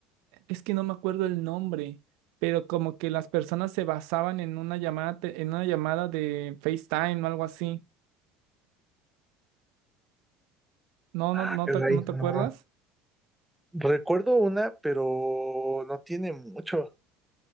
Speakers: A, on the right; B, in the centre.
A: Es que no me acuerdo el nombre, pero como que las personas se basaban en una llamada, te- en una llamada de FaceTime o algo así. No,
B: Ah,
A: no, no
B: caray,
A: te, ¿no te acuerdas?
B: no. Recuerdo una, pero no tiene mucho.